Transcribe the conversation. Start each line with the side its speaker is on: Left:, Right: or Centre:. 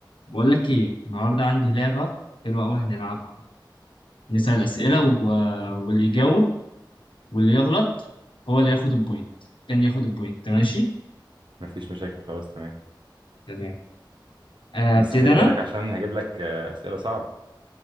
Left: بقول لك ايه النهارده عندي لعبه حلوه قوي هنلعبها نسال اسئله و... واللي يجاوب واللي يغلط هو اللي ياخد البوينت كان ياخد البوينت ماشي
Right: مفيش مشاكل خلاص تمام
Left: تمام آه، ابتدي
Right: بس خلي
Left: انا
Right: بالك عشان هجيب لك آه، أسئلة صعبة